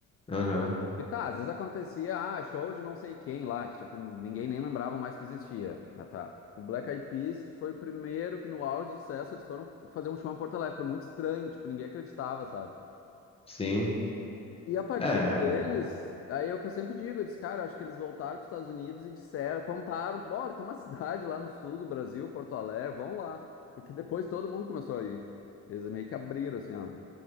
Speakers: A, on the left; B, on the left.
A: Aham.
B: E tá, às vezes acontecia, ah, show de não sei quem lá, que tipo, ninguém nem lembrava mais que existia, né, tá? O Black Eyed Peas foi o primeiro que no auge do sucesso eles foram fazer um show em Porto Alegre, foi muito estranho, tipo, ninguém acreditava, sabe?
A: Sim.
B: E a partir
A: É,
B: deles, aí é o que eu sempre digo, eu disse, cara, acho que eles voltaram para os Estados Unidos e disseram, contaram, bora, tem uma cidade lá no sul do Brasil, Porto Alegre, vão lá, porque depois todo mundo começou a ir. Eles meio que abriram, assim, ó.